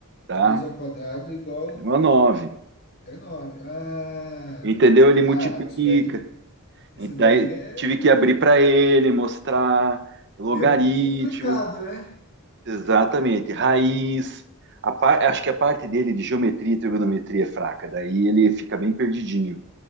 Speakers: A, on the right; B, on the left.
A: tá?
B: três ao quadrado é igual
A: Não é 9.
B: É nome. Ah,
A: Entendeu? Ele
B: ah,
A: multiplica.
B: isso daí, isso
A: E Daí
B: daí é
A: tive
B: meio,
A: que abrir para ele, mostrar logaritmo,
B: é um pouco complicado, né?
A: exatamente, raiz. A par- Acho que a parte dele de geometria e trigonometria é fraca, daí ele fica bem perdidinho.